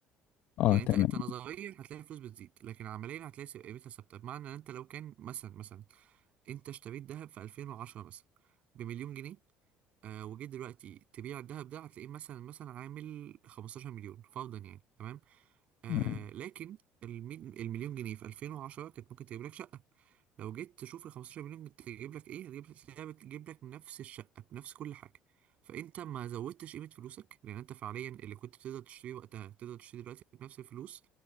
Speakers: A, on the left; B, on the right.
A: اه
B: يعني
A: تمام
B: أنت أنت نظريا هتلاقي الفلوس بتزيد لكن عمليا هتلاقي س- قيمتها ثابتة بمعنى إن أنت لو كان مثلا مثلا أنت اشتريت ذهب في 2010 مثلا بمليون جنيه آه، وجيت دلوقتي تبيع الذهب ده هتلاقيه مثلا مثلا عامل 15 مليون فرضا يعني تمام آه
A: تمام.
B: لكن المي- المليون جنيه في 2010 كانت ممكن تجيب لك شقة لو جيت تشوف ال 15 مليون تجيب لك ايه هتجيب تلاقيها بتجيب لك نفس الشقة بنفس كل حاجة فانت ما زودتش قيمة فلوسك لان انت فعليا اللي كنت تقدر تشتريه وقتها تقدر تشتريه دلوقتي بنفس الفلوس